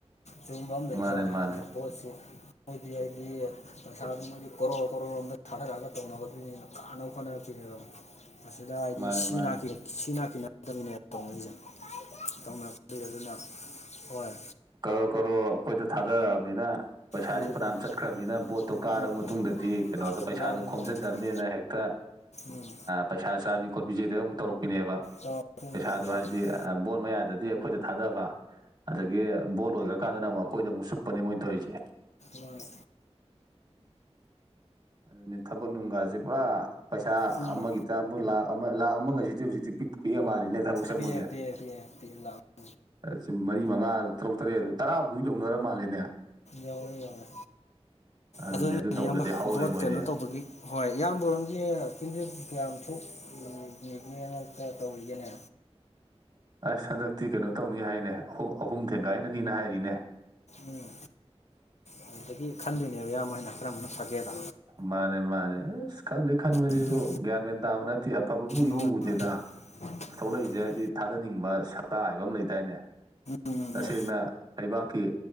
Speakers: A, on the left; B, on the right.
A: ꯁꯤꯒꯨꯝꯕ ꯑꯃ ꯂꯩꯖꯅꯤ
B: ꯃꯥꯅꯦ
A: ꯍꯥꯏꯗꯤ
B: ꯃꯥꯅꯦ
A: ꯚꯣꯠꯁꯤ ꯍꯥꯏꯗꯤ ꯍꯥꯏꯗꯤ ꯄꯩꯁꯥꯁꯦ ꯃꯣꯢꯗꯤ ꯀꯔꯣꯔ ꯀꯔꯣꯔ ꯔꯣꯝꯗ ꯊꯥꯗꯔꯒ ꯇꯧꯅꯕꯅꯤꯅ ꯀꯥꯅꯕ ꯍꯣꯠꯅꯔꯛꯇꯣꯢꯅꯦꯕ ꯃꯁꯤꯗ ꯑ
B: ꯃꯥꯅꯦ
A: ꯁꯤ
B: ꯃꯥꯅꯦ
A: ꯅꯥ ꯀꯤ ꯁꯤ ꯅꯥ ꯀꯤꯅꯔꯛꯇꯕꯤꯅꯦ ꯇꯧꯅꯛꯏꯁꯦ ꯇꯧꯅꯔꯛꯇꯣꯢꯁꯦ ꯑꯗꯨꯅ ꯍꯣꯏ
B: ꯀꯔꯣꯔ ꯀꯔꯣꯔ ꯑꯈꯣꯏꯗ ꯊꯥꯗꯔꯛꯑꯕꯅꯤꯅ ꯄꯩꯁꯥꯗꯤ
A: ꯎꯝ ꯎꯝ
B: ꯐꯅꯝ ꯆꯠꯈ꯭ꯔꯕꯅꯤꯅ ꯕꯣꯠꯇꯣ ꯀꯥꯔꯕ
A: ꯎꯝ ꯎꯝ
B: ꯃꯇꯨꯡꯗꯗꯤ
A: ꯎꯝ
B: ꯀꯩꯅꯣꯗꯣ ꯄꯩꯁꯥꯗꯣ
A: ꯃꯥꯅꯤ
B: ꯈꯣꯝꯖꯤꯟꯗꯕꯅꯤꯅ
A: ꯃꯥꯅꯤ ꯃꯥꯅꯤ
B: ꯍꯦꯛꯇ
A: ꯎꯝ
B: ꯄꯩꯁꯥ ꯆꯥꯕꯤ ꯈꯣꯠꯄꯤꯁꯤꯗ ꯑꯃꯨꯛ ꯇꯧꯔꯛꯄꯤꯅꯦꯕ
A: ꯇꯧꯔꯛꯇꯣꯏꯅꯤ
B: ꯄꯩꯁꯥꯗꯣ
A: ꯇꯧꯔꯛꯇꯣꯏꯅꯤ
B: ꯍꯥꯏꯗꯤ
A: ꯃꯥꯅꯤ
B: ꯕꯣꯠ ꯃꯌꯥꯗꯗꯤ ꯑꯈꯣꯏꯗ ꯊꯥꯗꯕ ꯑꯗꯒꯤ ꯕꯣꯠ ꯂꯣꯏꯈ꯭ꯔꯀꯥꯟꯗꯅ ꯑꯃꯨꯛ ꯑꯈꯣꯏꯗ ꯑꯃꯨꯛ ꯁꯨꯞꯄꯅꯦ ꯃꯣꯏ ꯇꯧꯔꯤꯁꯦ
A: ꯃꯥꯅꯤ
B: ꯑꯗꯨꯅꯦ ꯊꯕꯛ ꯅꯨꯡꯒꯥꯁꯦ ꯄꯨꯔꯥ ꯄꯩꯁꯥ
A: ꯎꯝ
B: ꯑꯃꯒꯤꯇ ꯑꯃꯨꯛ ꯂꯥꯛ ꯂꯥꯈ ꯑꯃꯒꯁꯤꯗꯤ ꯍꯧꯖꯤꯛꯇꯤ ꯄꯤꯛꯑꯃꯥꯜꯂꯦꯅꯦ ꯊꯕꯛ ꯆꯪꯕꯒꯤ
A: ꯄꯤꯔꯦ ꯄꯤꯔꯦ ꯄꯤꯔꯦ ꯄꯤꯔꯦ ꯂꯥꯛꯑꯣ
B: ꯁꯨꯝ ꯃꯔꯤ ꯃꯉꯥ ꯇꯔꯨꯛ ꯇꯔꯦꯠ ꯑꯗꯨ ꯇꯔꯥꯐꯥꯎ ꯌꯧꯅꯔ ꯃꯥꯜꯂꯦꯅꯦ
A: ꯌꯧꯔꯦ ꯌꯧꯔꯦ
B: ꯑꯗꯨꯅꯦ
A: ꯑꯗꯨꯅꯤꯅꯦ
B: ꯑꯗꯨ ꯇꯧꯕꯗꯗꯤ
A: ꯢꯌꯥꯝꯕ
B: ꯍꯧꯔꯦ
A: ꯕꯣꯠ
B: ꯃꯣꯏꯗꯤ
A: ꯀꯩꯅꯣ ꯇꯧꯕꯒꯤ ꯍꯣꯏ ꯏꯌꯥꯝꯕ ꯍꯣꯢꯔꯣꯝꯒꯤ ꯀꯦꯟꯗꯤꯗꯦꯠ ꯀꯌꯥꯝ ꯊꯣꯛꯒꯦꯅ ꯇꯧꯔꯤꯒꯦꯅꯦ
B: ꯑꯁ ꯍꯟꯗꯛꯇꯤ ꯀꯩꯅꯣ ꯇꯧꯅꯤ ꯍꯥꯏꯅꯦ ꯑꯍꯨꯝ ꯊꯦꯡꯒꯥꯏꯅꯅꯤꯅ ꯍꯥꯏꯔꯤꯅꯦ
A: ꯎꯝ ꯑꯗꯨꯗꯒꯤ ꯈꯟꯗꯣꯏꯅꯦꯕ ꯏꯌꯥꯝꯕ ꯍꯣꯏꯅ ꯀꯔꯝꯕꯅ ꯐꯒꯦꯗꯣ
B: ꯃꯥꯅꯦ ꯃꯥꯅꯦ ꯑꯁ ꯈꯪꯗꯦ ꯈꯟꯕꯁꯤꯁꯨ
A: ꯑꯗꯣ
B: ꯒ꯭ꯌꯥꯟ ꯃꯌꯥꯟ ꯇꯥꯕ ꯅꯠꯇꯦ ꯑꯐꯕꯕꯨ
A: ꯍꯣꯏ
B: ꯏꯎ ꯎꯗꯦꯗ
A: ꯍꯣꯏ
B: ꯊꯣꯛꯂꯛꯏꯁꯦ
A: ꯎꯝ
B: ꯍꯥꯏꯗꯤ ꯊꯥꯗꯅꯤꯡꯕ ꯁꯛꯇ ꯍꯥꯏꯕ ꯑꯃ ꯂꯩꯗꯥꯏꯅꯦ
A: ꯎꯝ ꯎꯝ
B: ꯇꯁꯦꯡꯅ ꯂꯩꯕꯥꯛꯀꯤ